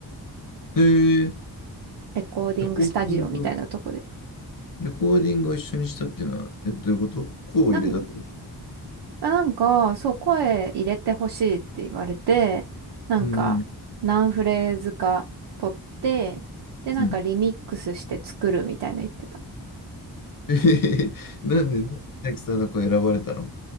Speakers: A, on the left; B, on the right.
A: で、
B: レコーディングスタジオみたいなとこで。
A: レコーディング、レコーディングを一緒にしたっていうのは、え、どういうことこう入れたってこと
B: なんやなんか、そう、声入れてほしいって言われて、なんか、
A: うんうん、
B: 何フレーズか取って、で、なんかリミックスして作るみたいな言ってた。
A: うん。<laughs> えへへへなんで、千秋さんの子選ばれたの